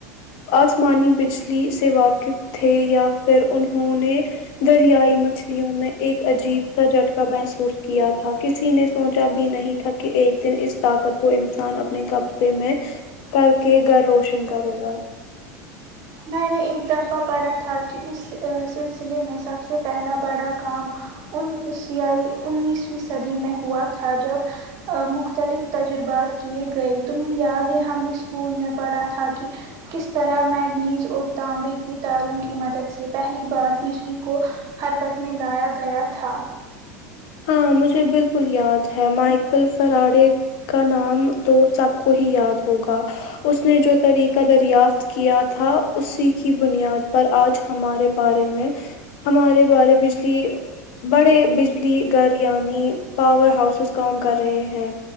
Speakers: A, on the left (about 60°); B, on the right (about 45°).
A: آسمانی بجلی سے واقف تھے یا پھر انہوں نے دریائی مچھلیوں میں ایک عجیب سا جٹک محسوس کیا تھا کسی نے سوچا بھی نہیں تھا کہ ایک دن اس طاقت کو انسان اپنے گپ سے میں کر کے گھر روشن کرے گا
B: میں نے ایک دفعہ پڑھا تھا کہ اس سلسلے میں سب سے پہلا بڑا کام ان سیا انیسویں صدی میں ہوا تھا جب مختلف تجربات کیے گئے تمہیں یاد ہے ہم نے اسکول میں پڑھا تھا کہ کس طرح میگنیز اور تانبے کے تاروں کی مدد سے پہلی بار بجلی کو حرکت میں لایا گیا تھا
A: ہاں مجھے بالکل یاد ہے مائیکل فراڈے کا نام تو سب کو ہی یاد ہوگا اس نے جو طریقہ دریافت کیا تھا اسی کی بنیاد پر آج ہمارے بارے میں ہمارے بارے بجلی بڑے بج گھر یعنی پاور ہاؤسز کام کر رہے ہیں